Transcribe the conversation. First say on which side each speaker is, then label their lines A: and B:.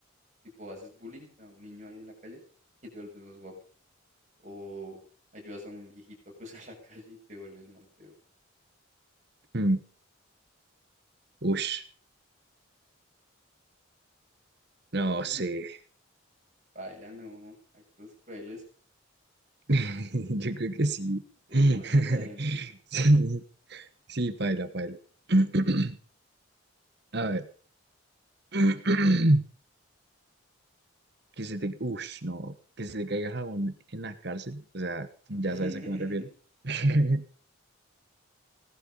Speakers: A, on the right; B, on the right.
A: Tipo, haces bullying a un niño ahí en la calle y te vuelves más guapo. O ayudas a un viejito a cruzar la calle y te vuelves más feo.
B: Mm. <clears throat> Ush, no
A: <laughs>
B: sé.
A: Baila, no, actos crueles,
B: <laughs> Yo creo que sí.
A: de
B: <laughs>
A: malas la gente.
B: Sí, sí, paila, paila. <clears throat> A ver. <clears throat> Que se te... Ush, no. Que se te caiga jabón en la cárcel. O sea, ya
A: <laughs>
B: sabes a qué me refiero. <laughs>